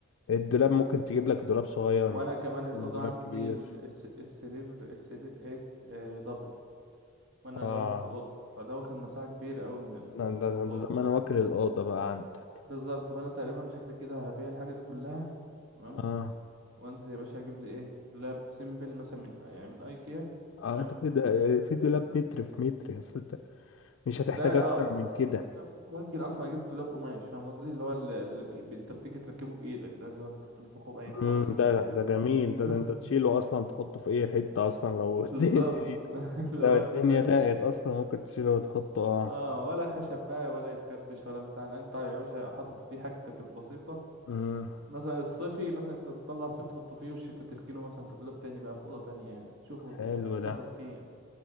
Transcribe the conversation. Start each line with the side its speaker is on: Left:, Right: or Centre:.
Left: الدولاب ممكن تجيب لك دولاب صغير
Right: وانا
Left: مش
Right: كمان الاوضه
Left: دولاب
Right: عندي
Left: كبير
Right: ال- الس- السرير السرير ايه آه دبل وانا
Left: آه
Right: لوحدي في الاوضه فده واخد مساحه كبيره قوي من, ال...
Left: ده,
Right: من
Left: ده,
Right: الاوضه
Left: ده زمان واكل الأوضة بقى عندك
Right: بالظبط فانا تقريبا شكل كده هبيع الحاجه دي كلها تمام
Left: آه
Right: وانزل يا باشا اجيب لي ايه دولاب سيمبل مثلا من يعني من ايكيا
Left: آه
Right: تمام
Left: ده كده في دولاب متر في متر يا أصل أنت مش هتحتاج
Right: ده
Left: أكتر
Right: اه
Left: من كده
Right: ممكن اصلا اجيب دولاب قماش فاهم قصدي اللي هو اللي, اللي بي... بي- انت بتيجي تركبه بايدك ده اللي هو انت بتنفخه باين
Left: مم،
Right: او حاجه زي
Left: ده
Right: كده
Left: ده جميل ده,
Right: <laughs>
Left: ده أنت تشيله أصلا تحطه في أي حتة أصلا لو
Right: بالظبط
Left: <laughs> الدنيا
Right: <laughs> اللي
Left: لو
Right: هو
Left: الدنيا
Right: انت فاهم
Left: ضاقت اصلا ممكن تشيله وتحطه اه
Right: اه ولا خشب بقى ولا يتخدش ولا بتاع لا انت يا باشا حاطط فيه حاجتك البسيطة
Left: امم
Right: مثلا الصيفي مثلا انت تطلع الصيف تحطه فيه والشتا تركنه مثلا في دولاب تاني بقى في اوضه تانية يعني تشوفه
Left: حلو
Right: تبقى تتصرف
Left: ده
Right: فيه يعني